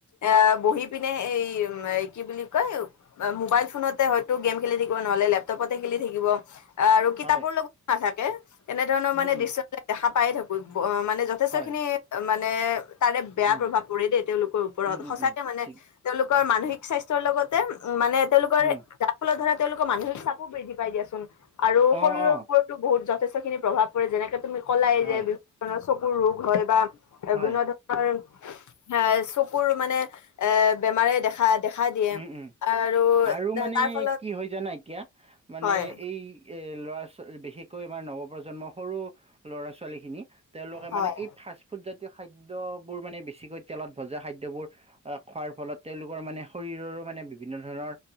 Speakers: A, on the left; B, on the right.
A: এ বহি পিনে এই ওম কি বুলি কয় মোবাইল ফোনতে হয়তো গেম খেলি থাকিব নহলে লেপটপতে খেলি থাকিব।
B: হয়
A: কিতাপৰ লগতো নাথাকে, তেনেধৰণৰ
B: উম
A: মানে
B: উম
A: দৃশ্য দেখা পাই থাকো মানে যথেষ্ট
B: হয়
A: খিনি মানে তাৰে বেয়া
B: উম
A: প্ৰভাৱ পৰে দেই, তেওঁলোকৰ ওপৰত
B: উম উম
A: সঁচাকে
B: উম
A: মানে।
B: ঠিক
A: তেওঁলোকৰ মানসিক স্বাস্থ্য লগতে উ মানে তেওঁলোকৰ
B: উম
A: যাৰ ফলত ধৰা তেওঁলোকৰ মানসিক চাপো বৃদ্ধি পাই দিয়াচোন আৰু
B: অ অ
A: শৰীৰৰ ওপৰতো বহুত যথেষ্টখিনি প্ৰভাৱ পৰে যেনেকে তুমি কলাই, যে
B: হয়
A: বিহু চকুৰ ৰোগ হয় বা
B: হয়
A: বিভিন্ন ধৰণৰ অঁ এ চকুৰ মানে এ বেমাৰে দেখা দিয়ে
B: উম উম
A: আৰু
B: আৰু মানে
A: তাৰ ফলত
B: কি হয় জানা এতিয়া মানে
A: হয়
B: এই এ ল'ৰা ছোৱালী বিশেষকৈ আমাৰ নৱ প্ৰজন্মৰ সৰু ল'ৰা ছোৱালীক কিনি তেওঁলোকে
A: হয়
B: মানে এই ফাচ ফুটজাতীয় খাদ্যয়বোৰ মানে বেছিকৈ তেলত ভজা খাদ্যবোৰ আহ খোৱাৰ ফলত তেওঁলোকৰ মানে শৰীৰৰো মানে বিভিন্ন ধৰণৰ